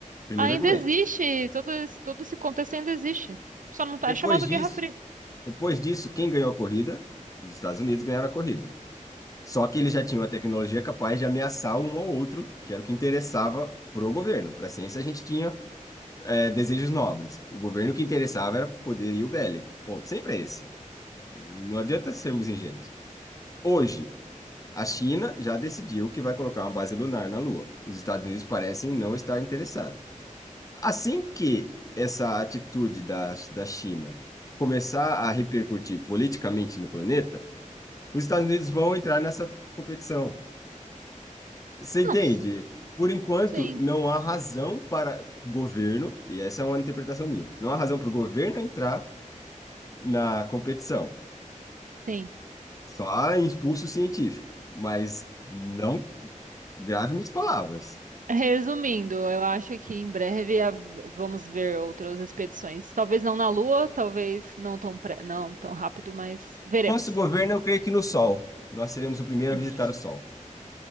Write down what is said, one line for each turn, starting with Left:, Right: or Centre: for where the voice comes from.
Left: Primeiro
Right: ainda
Left: argumento.
Right: existe, todo esse, todo esse contexto ainda existe. Só não tá,
Left: Depois
Right: é chamado
Left: disso,
Right: Guerra Fria.
Left: depois disso, quem ganhou a corrida? Os Estados Unidos ganharam a corrida. Só que eles já tinham a tecnologia capaz de ameaçar um ao outro, que era o que interessava pro governo. Para a ciência, a gente tinha eh, desejos nobres. O governo que interessava era poderio bélico. Ponto. Sempre é esse. Não adianta sermos ingênuos. Hoje, A China já decidiu que vai colocar uma base lunar na Lua. Os Estados Unidos parecem não estar interessados. Assim que essa atitude da, da China começar a repercutir politicamente no planeta, os Estados Unidos vão entrar nessa competição. Você
Right: Não,
Left: entende?
Right: s-
Left: Por enquanto,
Right: sim,
Left: não há razão para o governo, e essa é uma interpretação minha, não há razão para o governo entrar na competição.
Right: sim.
Left: Só há impulso científico, mas não grave minhas palavras.
Right: Resumindo, eu acho que em breve a- vamos ver outras expedições. Talvez não na Lua, talvez não tão, pre- não tão rápido, mas veremos.
Left: Nosso governo, eu creio que no Sol. Nós seremos o primeiro
Right: <laughs>
Left: a visitar o Sol.